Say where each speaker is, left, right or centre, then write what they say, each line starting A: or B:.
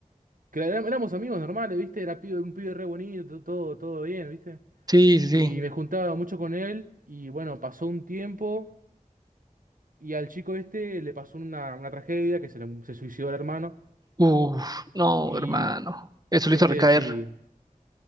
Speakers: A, on the right; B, on the right.
A: que era- éramos amigos normales, ¿viste? Era pibe- un pibe re bonito, todo, todo bien, ¿viste?
B: Sí, sí, sí.
A: Y me juntaba mucho con él y bueno, pasó un tiempo. Y al chico este le pasó una, una tragedia que se, le- se suicidó el hermano.
B: Uf, no,
A: Y
B: hermano. Eso lo
A: este
B: hizo recaer,
A: sí.